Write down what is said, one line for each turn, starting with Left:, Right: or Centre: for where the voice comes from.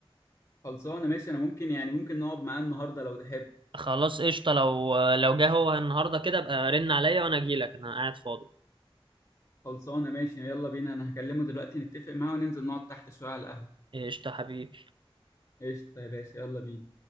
Left: خلصانة ماشي انا ممكن يعني ممكن نقعد معاه النهاردة لو تحب
Right: خلاص قشطة لو لو جه هو النهارده كده ابقى رن عليا وانا اجيلك انا قاعد فاضي
Left: خلصانة ماشي يلا بينا أنا هكلمه دلوقتي نتفق معاه وننزل نقعد تحت شوية على القهوة
Right: قشطة حبيبي
Left: قشطة يا باشا يلا بينا